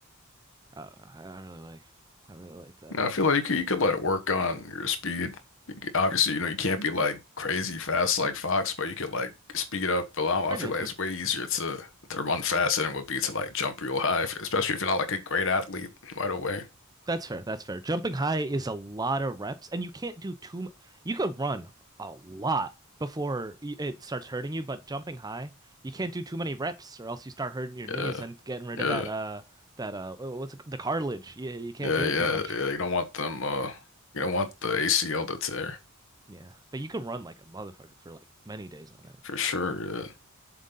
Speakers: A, on the right (about 20°); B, on the left (about 60°).
A: Uh, I I really like, I really like that.
B: No, I feel like you could you could let it work on your speed. You c- obviously, you know, you can't be like crazy fast like Fox, but you could like speed up. But I,
A: I
B: I
A: got
B: feel like
A: you.
B: it's way easier to to run fast than it would be to like jump real high, if, especially if you're not like a great athlete right away.
A: That's fair. That's fair. Jumping high is a lot of reps, and you can't do too. mu- You could run a lot before y- it starts hurting you, but jumping high, you can't do too many reps, or else you start hurting your knees
B: Yeah,
A: and getting rid
B: yeah,
A: of that uh that uh wh- what's it, the cartilage. Yeah, you can't
B: yeah,
A: do
B: yeah,
A: it too much.
B: yeah. You don't want them. Uh, you don't want the ACL to tear
A: Yeah, but you can run like a motherfucker for like many days on end.
B: for sure. Yeah.